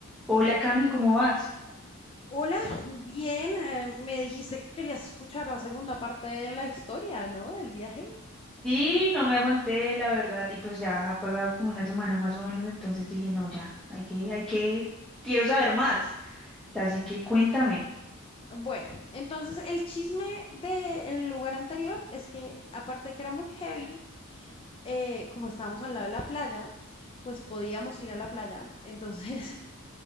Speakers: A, in the centre; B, on the left (about 25°).
A: Hola Cami, ¿cómo vas?
B: Hola, bien, eh, me dijiste que querías escuchar la segunda parte de la historia, ¿no? Del viaje.
A: Sí, no me aguanté, la verdad, y pues ya ha pasado como una semana más o menos, entonces dije, no, ya, hay que, hay que, quiero saber más, así que cuéntame.
B: Bueno, entonces el chisme del lugar anterior es que, aparte de que era muy heavy, eh, como estábamos al lado de la playa, pues podíamos ir a la playa. Entonces,